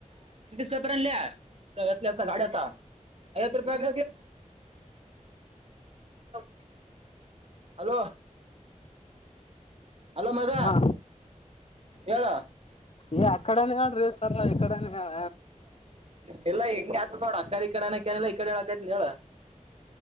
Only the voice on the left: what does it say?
ಹಾ
ಹೇ ಅಕ್ಕಡೆನೆ ಹೇಳ್ರೀ ಸರ್ ಇಕಡೆನೆ ಹೇಳ